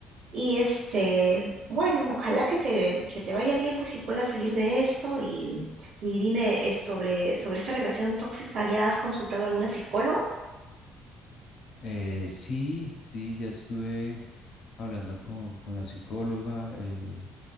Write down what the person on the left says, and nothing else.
Eh, sí, sí, ya estuve hablando con, con la psicóloga. eh,